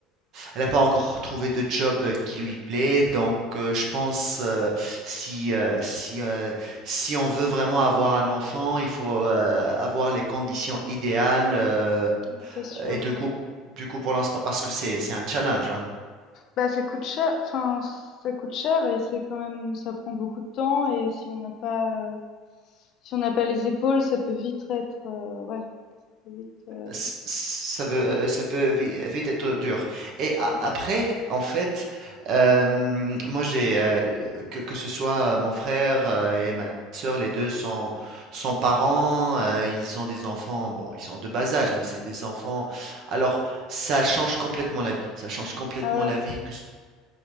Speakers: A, on the right; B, on the left.
A: elle n'a pas encore trouvé de job qui lui plaît. Donc, euh, je pense euh, si, euh, si, euh, si on veut vraiment avoir un enfant, il faut euh, avoir les conditions idéales euh,
B: C'est sûr,
A: et du
B: heu,
A: coup, du coup pour l'instant, parce que c'est c'est un challenge, hein,
B: bah, ça coûte cher, enfin, ça coûte cher et c'est quand même ça prend beaucoup de temps et si on n'a pas, heu, si on n'a pas les épaules, ça peut vite être, heu, ouais, peut vite, heu,
A: c- Ça veut, euh, ça peut vi- vite être dur. Et a-
B: ouais.
A: après, en fait, euh, moi j'ai euh, que, que ce soit mon frère euh, et ma soeur, les deux sont, sont parents. euh, ils ont des enfants, bon, ils sont de bas âge, mais c'est des enfants. Alors, ça change complètement la vie. Ça change complètement
B: Ah ouais.
A: la vie. que ce-